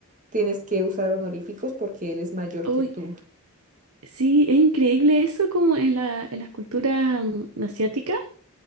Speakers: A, on the right (about 35°); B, on the right (about 85°).
A: tienes que usar honoríficos porque él es mayor
B: Uy,
A: que tú.
B: sí, es increíble eso como en la, en las culturas mm, asiáticas,